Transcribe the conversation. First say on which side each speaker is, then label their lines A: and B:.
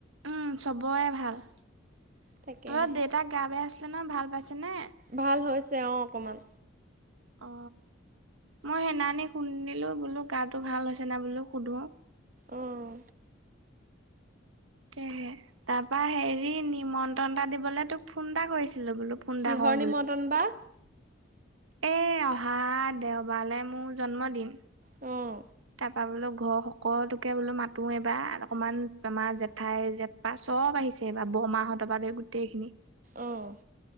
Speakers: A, on the right; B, on the right.
A: উম চবৰে ভাল, তহতৰ
B: তাকেহে
A: দেউতাক গা বেয়া আছিলে নহয় ভাল পাইছেনে?
B: ভাল হৈছে অ অকণমান।
A: অ, মই সেনানী শুনিলো বোলো গাতো ভাল হৈছে না বোলো সুধো।
B: অঁহ।
A: তাকেহে, তাৰপা হেৰি নিমন্ত্ৰণটা দিবলৈ তোক ফোন এটা কৰিছিলো বোলো। ফোন এটা
B: কিহৰ
A: কৰো
B: নিমন্ত্ৰণ বা?
A: এই অহা দেওবাৰলৈ মোৰ জন্মদিন।
B: অঁহ।
A: তাৰপৰা বোলো ঘৰ সকলোকে বোলো মাতো এবাৰ অকমান আমাৰ জেঠাই জঠ- চব আহিছে এইবাৰ বৰমাহঁতৰ পৰা গোটেই খিনি।
B: অঁহ।